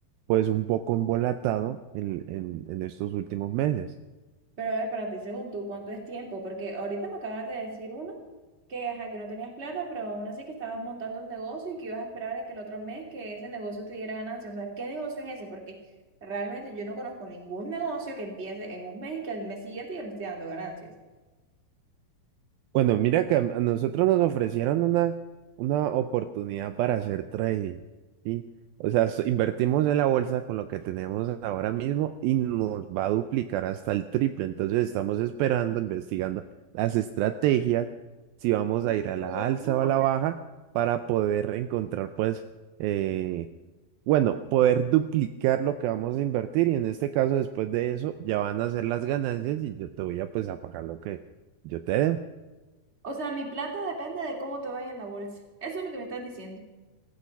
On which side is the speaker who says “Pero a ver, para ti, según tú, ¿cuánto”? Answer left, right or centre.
Right